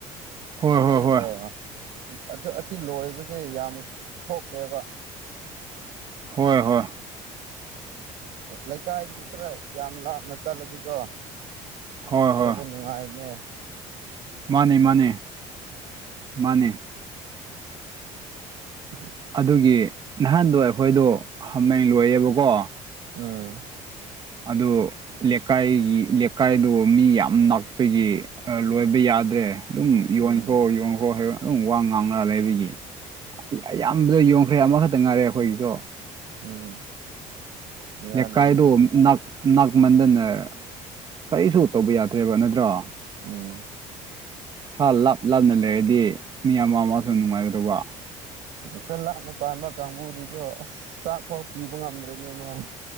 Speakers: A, on the right; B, on the right.
A: ꯍꯣꯏ
B: ꯊꯝꯃꯦ
A: ꯍꯣꯏ ꯍꯣꯏ
B: ꯑꯣ ꯑꯗꯨ ꯑꯁꯤ ꯂꯣꯏꯕꯁꯦ ꯌꯥꯝ ꯊꯣꯛꯇꯦꯕ
A: ꯍꯣꯏ ꯍꯣꯏ
B: ꯂꯩꯀꯥꯢꯗꯒꯤ ꯈꯔ ꯌꯥꯝ ꯂꯥꯞꯅ ꯆꯠꯂꯗꯤꯀꯣ
A: ꯍꯣꯏ ꯍꯣꯏ
B: ꯂꯣꯢꯕ ꯅꯨꯡꯉꯥꯢꯕꯅꯦ
A: ꯃꯥꯅꯦ ꯃꯥꯅꯦ ꯃꯥꯅꯦ
B: <unintelligible>
A: ꯑꯗꯨꯒꯤ ꯅꯍꯥꯟꯗꯣ ꯑꯩꯈꯣꯢꯗꯣ ꯍꯥꯝꯃꯦꯡ ꯂꯣꯢꯌꯦꯕꯀꯣ
B: ꯑ
A: ꯑꯗꯨ ꯂꯦꯀꯥꯢꯒꯤ ꯂꯦꯀꯥꯢꯗꯨ ꯃꯤ ꯌꯥꯝ ꯅꯛꯄꯒꯤ ꯑ ꯂꯣꯢꯕ ꯌꯥꯗ꯭ꯔꯦ ꯗꯨꯝ ꯌꯣꯟꯈ꯭ꯔꯣ
B: ꯎꯝ
A: ꯌꯣꯟꯒ꯭ꯔꯣ ꯍꯥꯢꯕ ꯑꯗꯨꯝ ꯋꯥ ꯉꯥꯡꯅ ꯂꯩꯕꯒꯤ ꯑꯌꯥꯝꯕꯗ ꯌꯣꯟꯈ꯭ꯔꯦ ꯑꯃꯈꯇ ꯉꯥꯢꯔꯦ ꯑꯈꯣꯢꯒꯤꯁꯨ
B: ꯎꯝ ꯌꯥꯗꯕꯅꯦ
A: ꯂꯦꯀꯥꯢꯗꯨ ꯅꯛ ꯅꯛꯃꯟꯗꯅ ꯀꯔꯤꯁꯨ ꯇꯧꯕ ꯌꯥꯗ꯭ꯔꯦꯕ ꯅꯠꯇ꯭ꯔꯣ
B: ꯎꯝ
A: ꯍꯥ ꯂꯥꯞ ꯂꯥꯞꯅ ꯂꯩꯔꯗꯤ ꯃꯤ ꯑꯃ ꯑꯃꯖꯨ ꯅꯨꯡꯉꯥꯢꯒꯗꯧꯕ
B: ꯈꯔ ꯂꯥꯞꯅ ꯄꯥꯟꯕ ꯀꯥꯡꯕꯨꯗꯤꯀꯣ ꯑꯁ ꯆꯥꯛꯐꯥꯎ ꯄꯤꯕ ꯉꯝꯗ꯭ꯔꯦꯅꯦ ꯃꯣꯢ